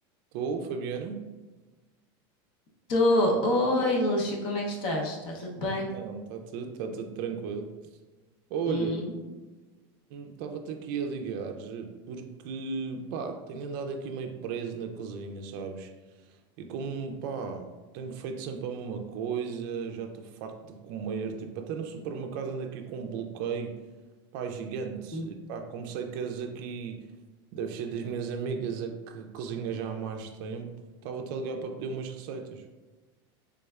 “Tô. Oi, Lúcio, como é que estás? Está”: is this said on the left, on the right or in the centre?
Left